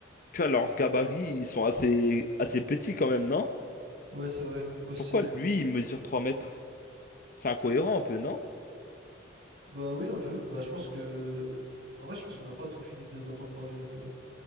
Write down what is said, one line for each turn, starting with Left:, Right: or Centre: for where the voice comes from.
Left: tu vois, leur gabarit, ils sont assez, assez petits quand même, non?
Right: Ouais, c'est vrai, aussi.
Left: Pourquoi lui, il mesure 3 mètres? C'est incohérent un peu, non?
Right: Bah oui, un peu. Bah je pense que... En vrai, je pense qu'on n'a pas tout fini de- d'entendre parler de,